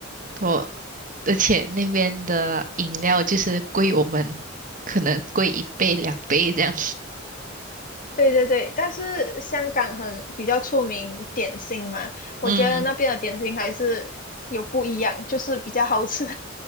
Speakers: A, on the right; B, on the left.
A: 我而且那边的饮料就是贵我们可能贵一倍两倍这样。
B: 对对对，但是香港很比较出名点心嘛，我觉得那边的点心还是有不一样，
A: 嗯，
B: 就是比较好吃，